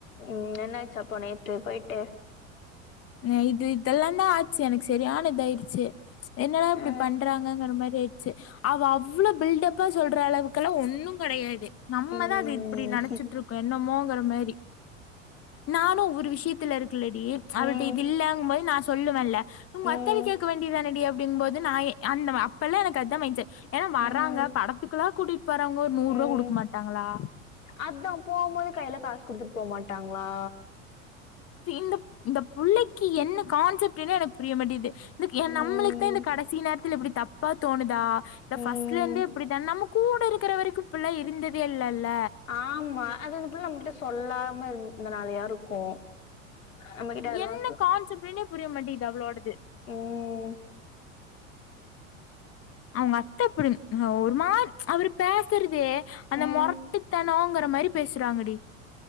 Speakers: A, on the left; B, on the left.
A: ம் என்னாச்சப்போ நேத்து போய்ட்டு
B: நேத்து இதெல்லா தா ஆச்சு எனக்கு சரியான இதாயிடுச்சு என்னடா இப்டி
A: ஆ
B: பண்றாங்கங்கற மாரி ஆய் டுச்சி அவ அவ்வளோ பில்டப்பா சொல்ற அளவுக்குல்லா ஒன்னு கெடையாது நம்மதா
A: ம்
B: அது இப்டி நெனச்சிட்ருக்கோ என்னமோங்கிற மாரி நானு ஒவ்வொரு விஷ்யத் துல இருக்குல்லடி அவள்ட்டா
A: ம்
B: இது இல்லங்கு போது நா சொல்லுவேல்ல உங்க
A: ம்
B: அத்தான கேக்க வேண்டியதானடி அப் டிங்னுபோது நா அந்த அப்பல்லா எனக்கு அதா மைன்ட் செட் ஏனா வர்றாங்க
A: ம்
B: படத்துக்கெல்லா கூட்டிட் போறவங்க ஒரு நூர்வா
A: ம்
B: குடுக்க மாட்டாங்களா
A: அதா போபோது கையில காசு குடுத்துட்டு போமாட்டாங்களா
B: இந்த இந்த பிள்ளைக்கு என்ன கான்செப்ட்னே எனக்கு புரிய மாட்டேது இதுக் எ
A: ம்
B: நம்மளுக்குதா இந்த கடைசி நேரத்துல இப்டி தப்பா தோணுதா இல்ல
A: ம்
B: ஃபர்ஸ்ட்ல இருந்தே இப்டிதா நமக் கூட இருக்கிற வரைக்கு இப்பில்லா இருந்ததே இல்லல்ல
A: ஆமா அது அந்த புள்ள நம்மகிட்ட சொல்லாம இருந்தனாலயா இருக்கு நம்மகிட்ட அதெல்லா
B: என்ன
A: சொ
B: கான்செப்ட்னே புரிய மாட்டேது அவ்ளோடது
A: ம்
B: அவுங்க அத்த அப்டி ஒரு மாரு அவுரு பேசுறதே அந்த
A: ம்
B: மொரட்டுத்தன் னோங்கற மாரி பேசுறாங்கடி